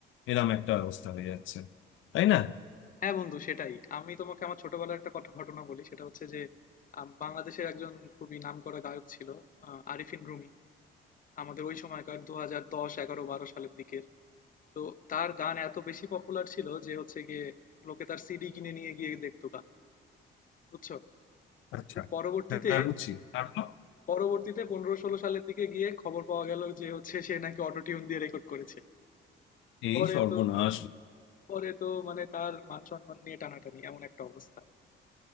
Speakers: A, on the left; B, on the left.
A: এরম একটা অবস্থা হয়ে যাচ্ছে তাই না
B: হ্যাঁ বন্ধু সেটাই আমি তোমাকে আমার ছোটবেলার একটা কথা- ঘটনা বলি সেটা হচ্ছে যে আম, বাংলাদেশের একজন খুবই নামকরা গায়ক ছিল আহ, আরিফিন রুমি আমাদের ওই সময়কার দু হাজার দশ এগারো বারো সালের দিকের তো তার গান এত বেশি পপুলার ছিল যে হচ্ছে গিয়ে লোকে তার সিডি কিনে নিয়ে গিয়ে দেখতো গান বুঝছো
A: আচ্ছা
B: কিন্তু পরবর্তীতে
A: হ্যাঁ বুঝছি তারপর
B: পরবর্তীতে পনেরো ষোলো সালের দিকে গিয়ে খবর পাওয়া গেল যে হচ্ছে সে নাকি অটোটিউন দিয়ে রেকর্ড করেছে
A: এই
B: পরে
A: সর্বনাশ
B: তো পরে তো মানে তার মান সম্মান নিয়ে টানাটানি এমন একটা অবস্থা